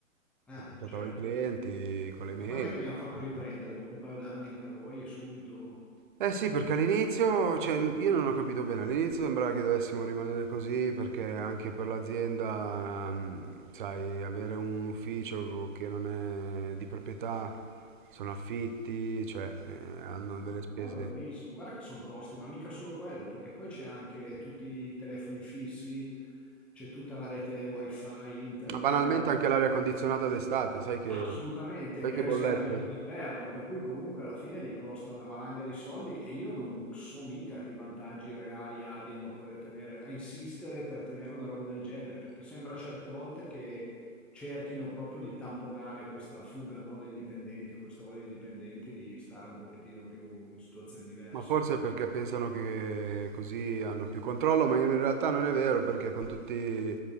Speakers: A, in the centre; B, on the right.
A: Ah,
B: Contattava
A: certo.
B: i clienti
A: E
B: con le mail.
A: e quando è che vi hanno fatto
B: eh,
A: riprendere? Dopo un paio d'anni anche a voi, subito?
B: Eh sì, perché all'inizio, cioè, io non ho capito bene, all'inizio sembrava che dovessimo rimanere così perché anche per l'azienda, mm, sai, avere un ufficio che non è di proprietà, sono affitti, cioè, eh, hanno
A: Ma
B: delle spese.
A: quello è verissimo. Guarda che sono costi, ma mica solo quello, perché poi c'è anche tutti i telefoni fissi, c'è tutta la rete wifi, internet.
B: Ma banalmente anche l'aria condizionata d'estate, sai che,
A: Assolutamente,
B: sai
A: è
B: che
A: riscaldamento
B: bollette?
A: d'inverno, per cui comunque alla fine gli costa una valanga di soldi e io non so mica che vantaggi reali abbiano poi a tenere, a insistere per tenere una roba del genere, perché sembra certe volte che cerchino proprio di tamponare questa fuga, no, dei dipendenti o questa voglia dei dipendenti di stare un pochettino più in situazioni diverse.
B: Ma forse è perché pensano che così hanno più controllo, ma in realtà non è vero perché con tutti,